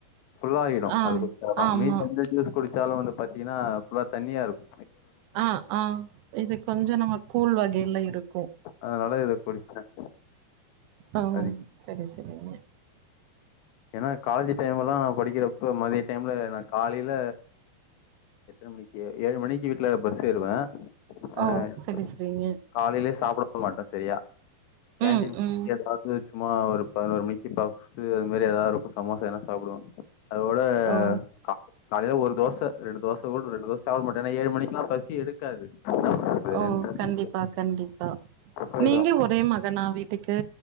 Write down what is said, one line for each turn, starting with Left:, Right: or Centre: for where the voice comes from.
Left: ஃபுல்லாகிடும்
Right: ஆ
Left: அது குட்ச்சது
Right: ஆமா
Left: மீதி எந்த ஜூஸ் குடிச்சாலும் வந்து பாத்தீங்கன்னா இதுவா தண்ணியா இருக்கு
Right: ஆ ஆ இது கொஞ்சோ நம்ம கூழ் வகை இல்ல இருக்கும்
Left: அதனால இத குடிப்பேன்
Right: ஓ
Left: அது
Right: செரி செரிங்க
Left: ஏன்னா காலேஜ் டைம்லா படிக்கிறப்ப மதிய டைம்ல நா காலையில எத்தனை மணிக்கி ஏழு மணிக்கி வீட்டுல பஸ் ஏறுவே அ்
Right: ஓ சரி சரிங்க
Left: காலையிலயே சாப்புட பக்க மாட்ட செரியா கேன்டீன்
Right: ம்
Left: போ
Right: ம்
Left: எதாவது சும்மா ஒரு பதுனோரு மணிக்கி பப்ஸு இது மாரி எதாவது இருக்கும் சமோசா வேன்ன சாப்புடுவோ அதோட
Right: ஓ
Left: கா காலையில ஒரு தோச ரெண்டு தோச கூட ரெண்டு ரோஸ்ட் சாப்புடமாட்டே ஏன்னா ஏழு மணிக்குலா பசி பசி எடுக்காது என்ன பண்றது
Right: ஓ கண்டிப்பா கண்டிப்பா
Left: போயிடுவே
Right: நீங்க ஒரே மகனா வீட்டுக்கு